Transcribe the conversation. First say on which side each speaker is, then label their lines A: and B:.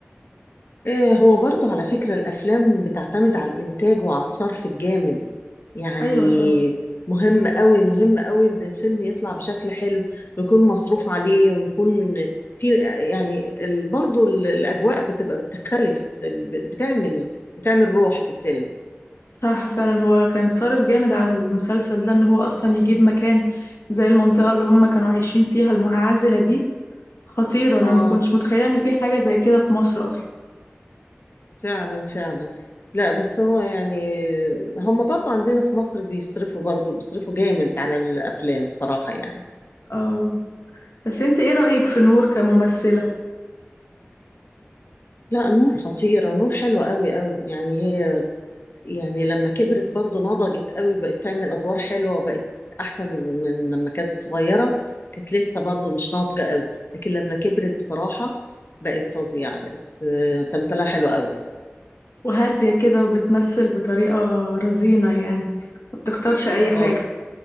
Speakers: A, on the left; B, on the left.
A: إيه هو برضه على فكره الافلام بتعتمد على الانتاج وعلى الصرف الجامد يعني
B: ايوه طبعا
A: مهم قوي مهم قوي ان الفيلم يطلع بشكل حلو ويكون مصروف عليه ويكون في يعني ال- برضه ال- الاجواء بتبقى بتختلف بت- بتعمل بتعمل روح في الفيلم
B: صح فعلا هو كان صارف جامد على المسلسل ده ان هو اصلا يجيب مكان زي المنطقة اللي هم كانوا عايشين فيها المنعزلة دي خطيرة انا
A: اه
B: ما كنتش متخيلة ان في حاجة زي كده في مصر اصلا
A: فعلا فعلا لا بس هو يعني هم برضه عندنا في مصر بيصرفوا برضه بيصرفوا جامد على الأفلام بصراحة يعني
B: آه بس انت ايه رأيك في نور كممثلة
A: لا نور خطيرة نور حلوة قوي قوي يعني هي يعني لما كبرت برضه نضجت قوي بقت تعمل أدوار حلوة وبقت أحسن من لما كانت صغيرة كانت لسه برضه مش ناضجة قوي لكن لما كبرت بصراحة بقت فظيعة بقت آه، تمثيلها حلو قوي
B: وهادية كده وبتمثل بطريقة رزينة يعني ما بتختارش اي حاجة
A: اه